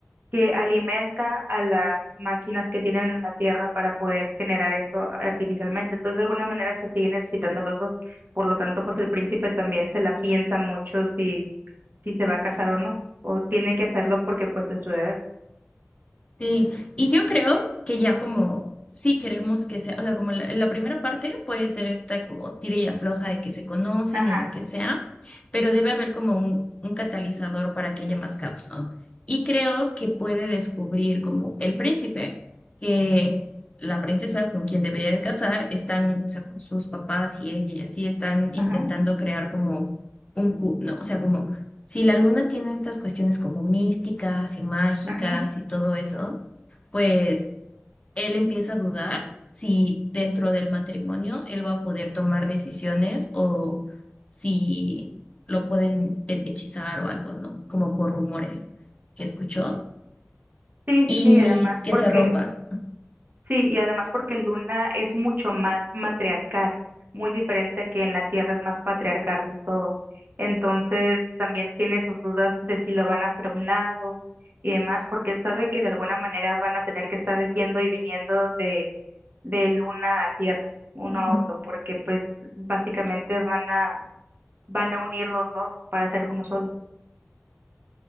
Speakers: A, on the right (about 55°); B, on the left (about 30°).
A: que alimenta a las máquinas que tienen en la Tierra para poder generar esto artificialmente. Entonces, de alguna manera se sigue necesitando los dos. Por lo tanto, pues el príncipe también se la piensa mucho si, si se va a casar o no, o tiene que hacerlo porque pues es su deber.
B: Sí, y yo creo que ya como sí queremos que sea, o sea, como la, la primera parte puede ser esta como tira y afloja de que se conocen
A: Ajá,
B: y lo que sea, pero debe haber como un, un catalizador para que haya más caos, ¿no? Y creo que puede descubrir como el príncipe que la princesa con quien debería de casar están, o sea, con sus papás y ella y así están intentando
A: ajá,
B: crear como un cu, ¿no? O sea, como... Si la luna tiene estas cuestiones como místicas y mágicas
A: ajá.
B: y todo eso, pues él empieza a dudar si dentro del matrimonio él va a poder tomar decisiones o si lo pueden he- hechizar o algo, ¿no? Como por rumores que escuchó
A: Sí,
B: y
A: sí, sí, y además
B: que
A: porque
B: se rompa.
A: Sí, y además porque Luna es mucho más matriarcal, muy diferente que en la Tierra es más patriarcal todo. Entonces también tiene sus dudas de si lo van a hacer a un lado y demás, porque él sabe que de alguna manera van a tener que estar yendo y viniendo de, de Luna a Tierra, uno
B: Ujú.
A: a otro, porque pues básicamente van a, van a unir los dos para hacer uno solo.